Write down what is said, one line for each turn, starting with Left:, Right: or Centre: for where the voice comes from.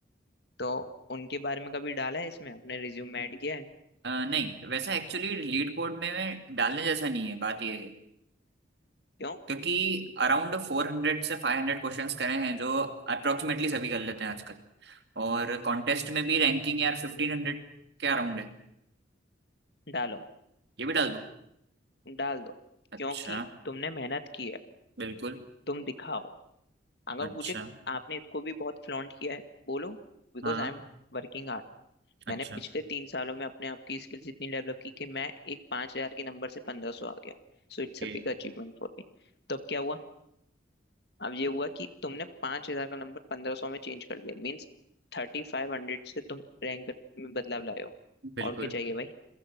Left: तो उनके बारे में कभी डाला है इसमें अपने रिज्यूम में ऐड किया है
Right: अ, नहीं वैसा एक्चुअली लीड कोड में मैं डालने जैसा नहीं है बात ये है
Left: क्यों
Right: क्योंकि अराउंड फोर हंड्रेड से फाइव हंड्रेड क्वेश्चंस करे हैं जो अप्रोक्सीमेटली सभी कर लेते हैं आजकल और कॉन्टेस्ट में भी रैंकिंग यार फिफ्टीन हंड्रेड के अराउंड है
Left: डालो
Right: ये भी डाल दूँ
Left: डाल दो
Right: अच्छा
Left: क्योंकि तुमने मेहनत की है
Right: बिल्कुल
Left: तुम दिखाओ अगर
Right: अच्छा
Left: पूछे आपने इसको भी बहुत फ्लॉन्ट किया है बोलो because
Right: हाँ
Left: I am working hard
Right: अच्छा
Left: मैंने पिछले तीन सालों में अपने आप की स्किल्स इतनी डेवलप की कि मैं एक पांच हजार के नंबर से पंद्रह सौ आ गया So it's
Right: ओके
Left: a big achievement for me तो अब क्या हुआ अब ये हुआ कि तुमने पांच हजार का नंबर पंद्रह सौ में चेंज कर दिया मीन्स थर्टी फाइव हंड्रेड से तुम रैंक में बदलाव लाए हो
Right: बिल्कुल
Left: और क्या चाहिए भाई